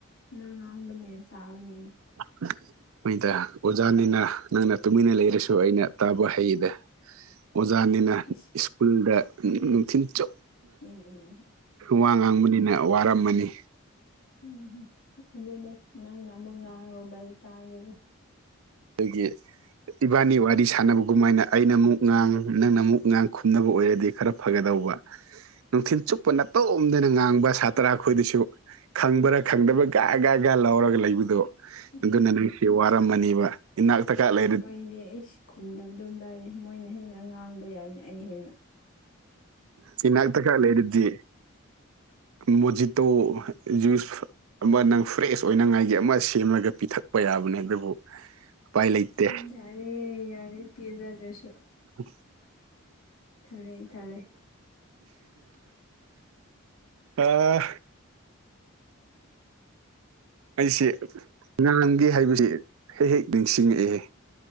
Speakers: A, on the left (about 80°); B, on the right (about 75°).
A: ꯑ ꯉꯥꯡꯕꯅꯤꯅ ꯇꯥꯕꯅꯤꯅ
B: <unintelligible> ꯃꯣꯏꯗ ꯑꯣꯖꯥꯅꯤꯅ ꯅꯪꯅ ꯇꯨꯃꯤꯟꯅ ꯂꯩꯔꯁꯨ ꯑꯩꯅ ꯇꯥꯕ ꯍꯩꯗ ꯑꯣꯖꯥꯅꯤꯅ
A: <unintelligible>
B: ꯁ꯭ꯀꯨꯜꯗ ꯅꯨꯡꯊꯤꯟ ꯆ
A: ꯎꯝ
B: ꯋꯥ ꯉꯥꯡꯕꯅꯤꯅ ꯋꯥꯔꯝꯃꯅꯤ
A: ꯎꯝꯝ ꯑꯗꯨꯅꯦ ꯅꯪꯅ ꯑꯃꯨꯛ ꯉꯥꯡꯔꯨꯕꯩ ꯇꯥꯒꯦ
B: ꯑꯩꯈꯣꯏꯒꯤ ꯏꯕꯥꯅꯤ ꯋꯥꯔꯤ ꯁꯥꯟꯅꯕꯒꯨꯝꯃꯥꯏꯅ ꯑꯩꯅ ꯑꯃꯨꯛ ꯉꯥꯡ ꯅꯪꯅ ꯑꯃꯨꯛ ꯉꯥꯡ ꯈꯨꯝꯅꯕ ꯑꯣꯏꯔꯗꯤ ꯈꯔ ꯐꯒꯗꯧꯕ ꯅꯨꯡꯊꯤꯜ ꯆꯨꯞꯄ ꯅꯥꯇꯣꯝꯗꯅ ꯉꯥꯡꯕ ꯁꯥꯇ꯭ꯔ ꯑꯩꯈꯣꯏꯗꯨꯁꯨ ꯈꯪꯕ꯭ꯔꯥ ꯈꯪꯗꯕ꯭ꯔꯥ ꯒꯒꯒ ꯂꯧꯔꯒ ꯂꯩꯕꯗꯣ
A: ꯎꯝ
B: ꯑꯗꯨꯅ ꯅꯪꯁꯤ ꯋꯥꯔꯝꯃꯅꯦꯕ ꯏꯅꯥ ꯇꯦꯂꯦ
A: ꯃꯣꯏꯗꯤ ꯈꯨꯝꯗꯕ ꯑꯗꯨꯝ ꯂꯥꯏꯅꯤ ꯃꯣꯏꯅ ꯍꯦꯟꯅ ꯉꯥꯡꯕ ꯌꯥꯅꯤ ꯑꯩ ꯍꯦꯟꯅ
B: ꯆꯤꯅꯗꯒꯥ ꯂꯩꯔꯗꯤ ꯃꯣꯖꯤꯇꯣ ꯖꯨꯁ ꯑꯃ ꯅꯪ ꯐ꯭ꯔꯦꯁ ꯑꯣꯏꯅꯉꯥꯏꯒꯤ ꯑꯃ ꯁꯦꯝꯂꯒ ꯄꯤꯊꯛꯄ ꯌꯥꯕꯅꯦ ꯑꯗꯨꯕꯨ ꯎꯄꯥꯏ ꯂꯩꯇꯦ
A: ꯝ ꯌꯥꯔꯦ ꯌꯥꯔꯦ ꯄꯤꯖꯥ ꯗ꯭ꯔꯦꯁ
B: ꯑ
A: ꯊꯅ ꯊꯂꯦ
B: ꯑ
A: ꯎ
B: ꯑꯩꯁꯤ ꯉꯥꯡꯒꯦ ꯍꯥꯏꯕꯁꯤ ꯍꯦꯛ ꯍꯦꯛ ꯅꯤꯡꯁꯤꯡꯉꯛꯑꯦ